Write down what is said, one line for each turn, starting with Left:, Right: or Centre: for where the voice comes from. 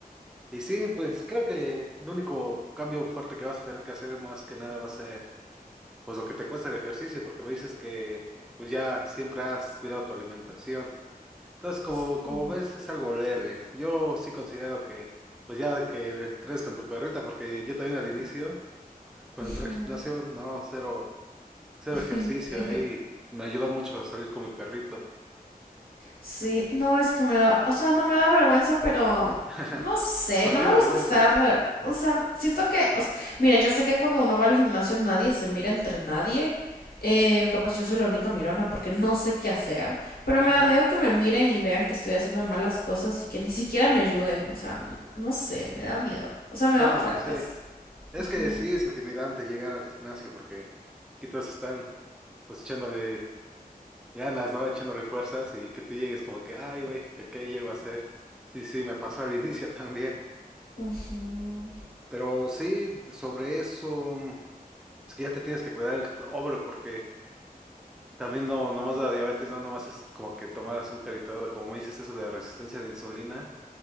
Centre: y sí, pues creo que el único cambio fuerte que vas a tener que hacer más que nada va a ser pues lo que te cuesta el ejercicio, porque me dices que pues ya siempre has cuidado tu alimentación. Entonces, como,
Left: Sí.
Centre: como ves, es algo leve. Yo sí considero que, pues ya de que tres con tu perrita, porque yo también al inicio, cuando
Left: Ujú.
Centre: entré al gimnasio, no, cero, cero
Left: <laughs>
Centre: ejercicio ahí. Me ayudó mucho a salir con mi perrito.
Left: Sí, no es que me da, o sea, no me da vergüenza, pero
Centre: <laughs>
Left: no sé,
Centre: ¿Por
Left: no
Centre: qué
Left: me
Centre: vergüenza?
Left: gusta estar alrededor, o sea, siento que, o sea, mira, yo sé que cuando uno va al gimnasio nadie se mira entre nadie, eh, capaz yo soy la única mirona porque no sé qué hacer, pero
Centre: Ajá.
Left: me da miedo que me miren y vean que estoy haciendo mal las cosas y que ni siquiera me ayuden, o sea, n- no sé, me da miedo, o sea, me
Centre: Bueno,
Left: da faltas.
Centre: sí. Es
Left: Ujú,
Centre: que sí es intimidante llegar al gimnasio porque aquí todos están pues echándole ganas, ¿no? Echándole fuerzas y que tú llegues como que, ay, güey, ¿qué, qué llego a hacer? Sí, sí, me pasó al <laughs> inicio también.
Left: ujú,
Centre: Pero sí, sobre eso, es que ya te tienes que cuidar el hombre porque también no, nomás la diabetes, no, nomás es como que tomar azúcar y todo, como me dices eso de la resistencia de insulina,